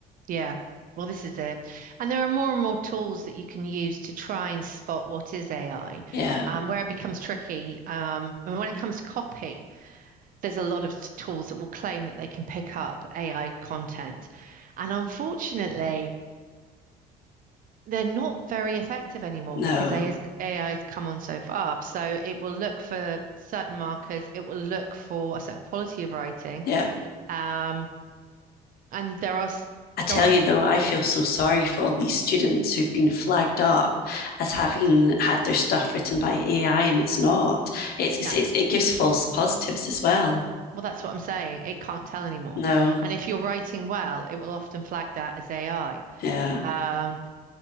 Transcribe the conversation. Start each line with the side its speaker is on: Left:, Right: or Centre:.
Right: Yeah. Well, this is it. And there are more and more tools that you can use to try and spot what is AI.
Left: Yeah,
Right: Um, where it becomes tricky, um, and when it comes to copy, there's a lot of t- tools that will claim that they can pick up AI content. And unfortunately, they're not very effective anymore
Left: no,
Right: because AI is, AI's come on so far. So it will look for certain markers, it will look for a certain quality of writing.
Left: yeah.
Right: Um, and there are, s-
Left: I tell
Right: go on.
Left: you though, I feel so sorry for all these students who've been flagged up as having had their stuff written by AI and it's not. It's,
Right: No.
Left: it's it gives false positives as well.
Right: Well, that's what I'm saying. It can't tell anymore.
Left: No,
Right: And if you're writing well, it will often flag that as AI,
Left: yeah,
Right: um,